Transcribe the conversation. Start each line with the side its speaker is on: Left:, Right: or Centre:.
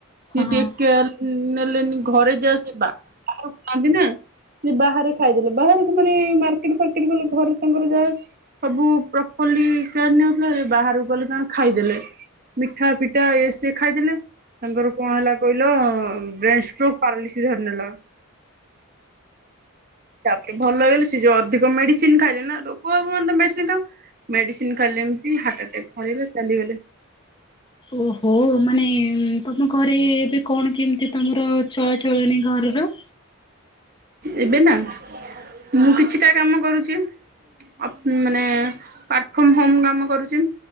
Left: ହଁ।
Right: ଟେକ କେଆର। ନେଲେନି ଘରେ ଯଆସିବା କୁହନ୍ତି ନା। ବାହାରେ ଖାଇଦେଲେ ବାହାରକୁ ମାନେ ମାର୍କେଟ ଫାର୍କେଟ ଗଲେ ଘରୁ ତାଙ୍କର ଯାହା ସବୁ ପ୍ରଫଲିକଉଥିଲା ବାହାରକୁ ଗଲେ ତାମାନେ ଖାଇଦେଲେ। ମିଠା ଫିଠା ଏ ସ ଖାଇଦେଲେ। ତାଙ୍କର କଣ ହେଲା କହିଲ ବ୍ରେନ ଷ୍ଟ୍ରୋକ ପାରଲିସି ଧରି ନେଲା। ତାପରେ ଭଲ ଲାଗିଲ ସେ ଯଉଅଧିକ ମେଡିସିନ ଖାଇଲେ ନା ରେଗ ହେବ ନିଶ୍ଚିତ। ମେଡିସିନ ଖାଇଲେ ଏମିତି ହାର୍ଟ ଆଟାକ୍ ପଳେଇବେ ଚାଲିଗଲେ।
Left: ଓହୋ ମାନେ ତମ ଘରେ ଏବେ କଣ କେମିତି ତମର ଚଳାଚଳଣିୀ ଘରର।
Right: ଏବେ ନା ମୁଁ କିଛିଟା କାମ କରୁଛି। ମାନେ ୱାର୍କ ଫ୍ରମ ହୋମ କାମ କରୁଛି।